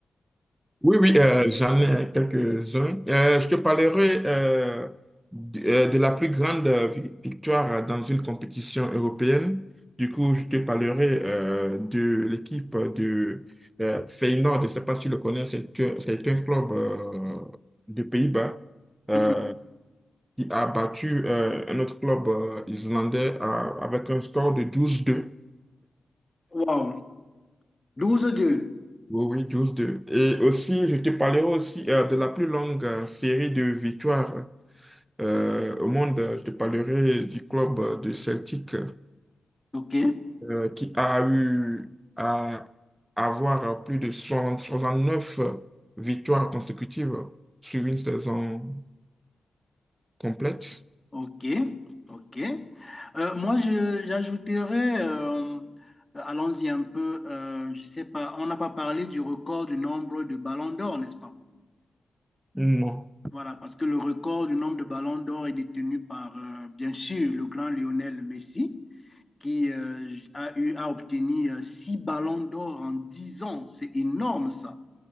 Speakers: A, on the right (about 15°); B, on the left (about 20°).
A: Oui, oui, euh, j'en ai quelques-uns. Euh, je te parlerai euh, d- euh, de la plus grande euh, vi- victoire dans une compétition européenne. Du coup, je te parlerai euh, de l'équipe de euh, Feyenoord. Je ne sais pas si tu le connais, c'est un, c'est un club euh, de Pays-Bas
B: <laughs>
A: euh,
B: Mhm.
A: qui a battu euh, un autre club euh, islandais à- avec un score de douze deux.
B: Wow, douze deux.
A: Oui, oui, douze deux. Et aussi, je te parlerai aussi euh, de la plus longue euh, série de victoires Euh, au monde, je te parlerai du club euh, de Celtic
B: OK,
A: euh, qui a eu à avoir plus de soixante soixante neuf victoires consécutives sur une saison complète.
B: OK, OK. Euh, moi, je, j'ajouterais, euh, allons-y un peu, euh, je ne sais pas, on n'a pas parlé du record du nombre de ballons d'or, n'est-ce pas?
A: Non.
B: Voilà, parce que le record du nombre de ballons d'or est détenu par, euh, bien sûr, le grand Lionel Messi, qui euh, a eu à obtenir euh, six ballons d'or en dix ans. C'est énorme, ça.